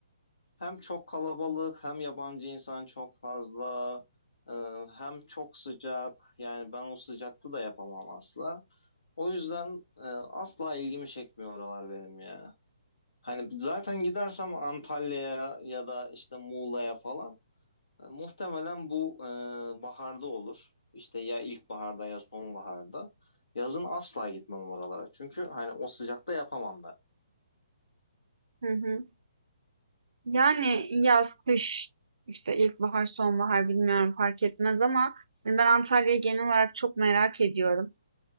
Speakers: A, on the left; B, on the right.
A: Hem çok kalabalık, hem yabancı insan çok fazla, e, hem çok sıcak. Yani ben o sıcakta da yapamam asla. O yüzden e, asla ilgimi çekmiyor oralar benim ya. Hani zaten gidersem Antalya'ya ya da işte Muğla'ya falan e, muhtemelen bu e, baharda olur. İşte ya ilkbaharda ya sonbaharda. Yazın asla gitmem oralara. Çünkü hani o sıcakta yapamam ben.
B: hı hı. Yani yaz, kış, işte ilkbahar, sonbahar bilmiyorum fark etmez ama ben Antalya'yı genel olarak çok merak ediyorum.